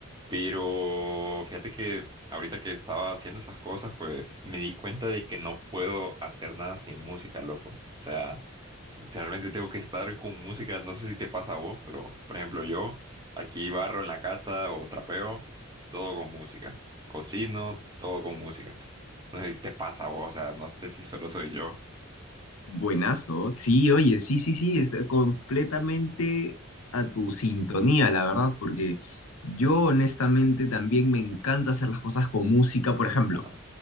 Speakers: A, on the right (about 20°); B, on the left (about 85°).
A: pero fíjate que ahorita que estaba haciendo esas cosas, pues me di cuenta de que no puedo hacer nada sin música, loco. O sea, literalmente tengo que estar con música, no sé si te pasa a vos, pero por ejemplo yo aquí barro en la casa o trapeo, todo con música. Cocino, todo con música. No sé si te pasa a vos, o sea, no sé si solo soy yo.
B: Buenazo, sí, oye, sí, sí, sí, es completamente a tu sintonía, la verdad, porque yo honestamente también me encanta hacer las cosas con música, por ejemplo.
A: Ajá,